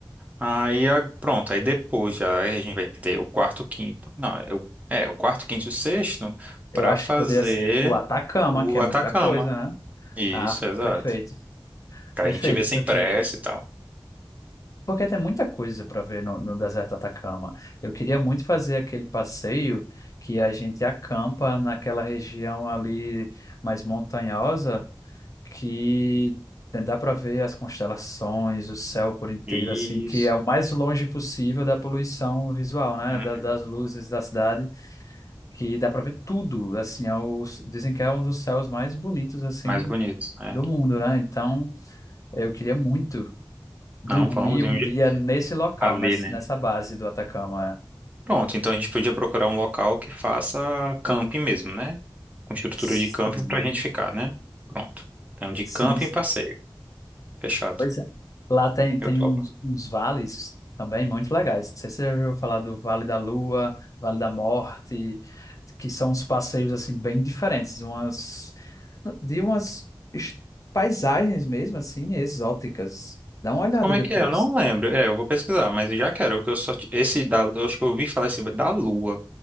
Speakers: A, on the right; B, on the left.
A: Aí, a- pronto, aí depois já a gente vai ter o quarto, quinto. Não, é o, é, o quarto, quinto e o sexto
B: Eu
A: pra
B: acho
A: fazer
B: que poderia ser o Atacama,
A: o
B: que é muita
A: Atacama.
B: coisa, né?
A: Isso,
B: Ah,
A: exato.
B: perfeito,
A: Que
B: perfeito,
A: aí a gente vê sem
B: perfeito.
A: pressa e tal.
B: Porque tem muita coisa para ver no, no deserto do Atacama. Eu queria muito fazer aquele passeio que a gente acampa naquela região ali mais montanhosa, que dá para ver as constelações, o céu por inteiro,
A: Isso.
B: assim, que é o mais longe possível da poluição visual, né?
A: Uhum.
B: Da- das luzes da cidade, que dá para ver tudo. Assim, é o- dizem que é um dos céus mais bonitos assim
A: Mais bonitos, né?
B: do mundo, né? Então, eu queria muito dormi
A: Não, vamos
B: um
A: em um
B: dia
A: je-
B: nesse local,
A: ali,
B: ness-
A: né?
B: nessa base do Atacama. é.
A: Pronto, então a gente podia procurar um local que faça camping mesmo, né? Com estrutura
B: Sim,
A: de camping pra gente ficar, né? Pronto. Então, de
B: sim,
A: camping
B: sim.
A: e passeio. Fechado.
B: Pois é. Lá tem, tem
A: Eu topo.
B: uns, uns vales também muito legais. Não sei se você já ouviu falar do Vale da Lua, Vale da Morte, que são uns passeios assim bem diferentes, umas de umas es- paisagens mesmo assim exóticas. Dá uma olhada
A: Como
B: depois.
A: é que é? Eu não lembro. É, eu vou pesquisar, mas eu já quero. porque Eu só, t- esse da, eu acho que eu ouvi falar esse da Lua,